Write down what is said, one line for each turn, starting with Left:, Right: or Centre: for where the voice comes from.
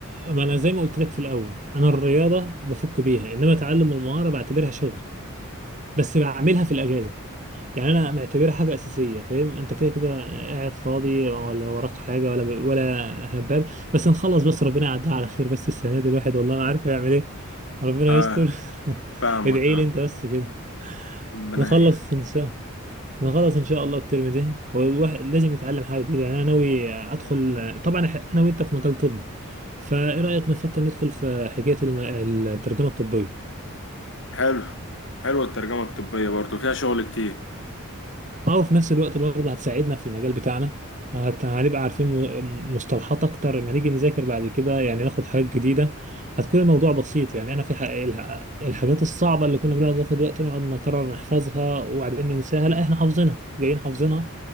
Right: ما انا زي ما قلت لك في الاول انا الرياضه بفك بيها انما تعلم المهاره بعتبرها شغل بس بعملها في الاجازه يعني انا معتبرها حاجه اساسيه فاهم انت كده كده قاعد فاضي ولا وراك حاجه ولا ولا هبال بس نخلص بس ربنا يعديها على خير بس السنه دي الواحد والله ما عارف يعمل ايه ربنا
Left: اه
Right: يستر <laughs>
Left: فاهمك
Right: ادعي
Left: اه
Right: لي انت بس كده
Left: ربنا
Right: نخلص
Left: يعين
Right: ان شاء نخلص ان شاء الله الترم ده والواحد لازم يتعلم حاجه جديدة. يعني انا ناوي ادخل طبعا إح- انا وانت في مجال طبي فايه رايك نفكر ندخل في حكايه الم- الترجمه الطبيه
Left: حلو حلوه الترجمه الطبيه برضو فيها شغل كتير
Right: اه وفي نفس الوقت برضه هتساعدنا في المجال بتاعنا هت- هنبقى عارفين م- مصطلحات اكتر لما نيجي نذاكر بعد كده يعني ناخد حاجات جديدة هتكون الموضوع بسيط يعني انا في ح- الح- الحاجات الصعبة اللي كنا بنقعد ناخد وقت نقعد نكرر نحفظها وبعدين ننساها لا احنا حافظينها جايين حافظينها